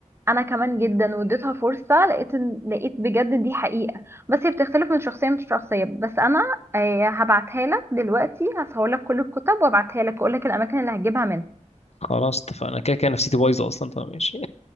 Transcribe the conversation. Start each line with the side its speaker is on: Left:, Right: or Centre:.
Right: انا كمان جدا واديتها فرصه لقيت إن- لقيت بجد دي حقيقه بس هي بتختلف من شخصيه لشخصيه بس انا آه، هبعتها لك دلوقتي هصور لك كل الكتب وابعتها لك واقول لك الاماكن اللي هتجيبها منها
Left: خلاص اتفقنا كده كده نفسيتي بايظه اصلا فماشي